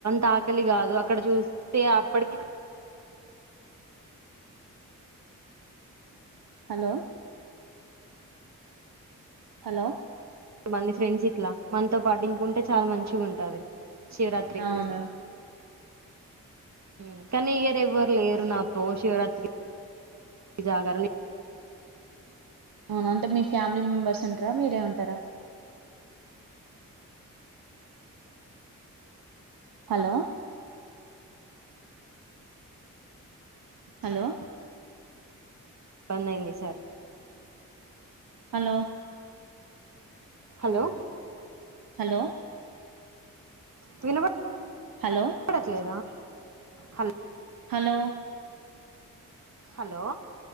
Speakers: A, on the right; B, on the right.
A: తకలి కాదు అక్కడ చూస్తే అప్పటికి
B: హలో హలో
A: మంది ఫ్రెండ్స్ ఇట్లా మనతో పాటు ఇంకుంటే చాలా మంచిగా ఉంటాంది. శివరాత్రికి
B: అవునా
A: ఉ కనీ ఈ ఇయర్ ఎవర్ లేర్ నా ప్రో శివరాత్రికి జాగారం నే
B: అవున అంటే మీ ఫ్యామిలీ మెంబెర్స్ ఉంటరా మీరే ఉంటారా హలో హలో
A: ఇబ్బంది అయింది ఈ సారిక్
B: హలో
A: హలో
B: హలో
A: వినబడ్
B: హలో
A: న్పడలేదా హల్
B: హలో
A: హలో